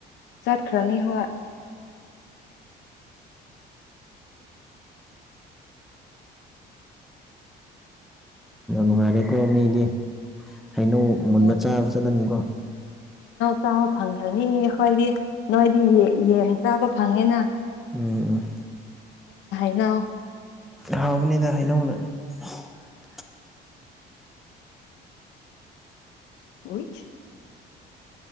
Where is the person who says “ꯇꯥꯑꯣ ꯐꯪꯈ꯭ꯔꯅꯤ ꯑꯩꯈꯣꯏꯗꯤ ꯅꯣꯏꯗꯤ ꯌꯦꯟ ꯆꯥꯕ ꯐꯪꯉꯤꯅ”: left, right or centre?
Left